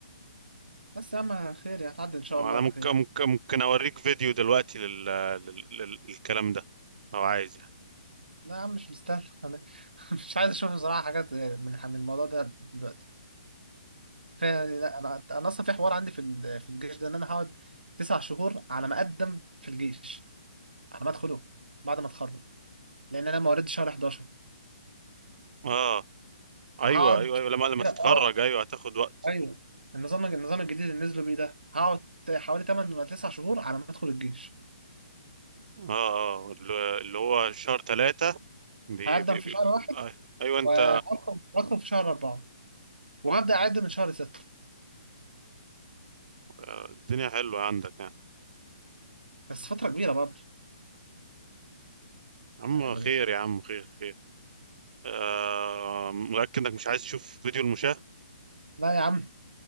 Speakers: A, on the right; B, on the right.
A: بس يا عم خير يعني هتعدي ان شاء
B: انا
A: الله على
B: ممكن
A: خير
B: ممكن ممكن اوريك فيديو دلوقتي لل... لل... لل... للكلام ده لو عايز يعني
A: لا يا عم مش مستاهل أنا <laughs> مش عايز اشوف بصراحه حاجات من من الموضوع ده دلوقتي كفايه يعني لا انا انا اصلا في حوار عندي في ال- في الجيش ده ان انا هقعد تسع شهور على ما اقدم في الجيش على ما ادخله بعد ما اتخرج لان انا مواليد شهر 11
B: اه
A: فهقعد
B: ايوه ايوه ايوه لما لما
A: كده
B: تتخرج
A: اه
B: ايوه هتاخد وقت
A: ايوه النظام النظام الجديد اللي نزلوا بيه ده هقعد حوالي 8 ولا 9 شهور على ما ادخل الجيش
B: اه اه ال- اللي هو شهر ثلاثة بي
A: هقدم
B: بي
A: في
B: بي
A: شهر واحد
B: آه، ايوه انت
A: وهدخل هدخل في شهر اربعه وهبدأ أعد من شهر ستة
B: آه، الدنيا حلوة عندك يعني
A: بس فترة كبيرة برضه
B: يا عم
A: يعني
B: خير يا عم خير خير آه متأكد انك مش عايز تشوف فيديو المشاة
A: لا يا عم